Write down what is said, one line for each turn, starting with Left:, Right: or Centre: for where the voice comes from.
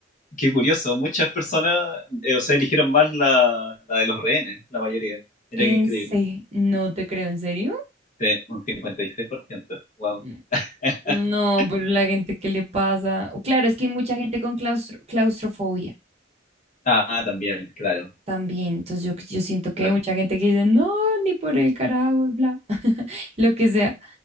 Left: qué curioso, muchas personas, eh, o sea, eligieron más la, la de los rehenes, la mayoría, mira
Right: en
Left: qué increíble,
Right: Sí. se, no te creo, ¿en serio?
Left: Sí, un cincuenta y seis por ciento wow.
Right: Mm.
Left: <laughs>
Right: No, pero la gente que le pasa, o claro, es que hay mucha gente con claustro- claustrofobia
Left: Ah, también, claro,
Right: también, entonces yo, yo siento que
Left: claro.
Right: hay mucha gente que dice, no, ni por el carajo, bla, <laughs> lo que sea,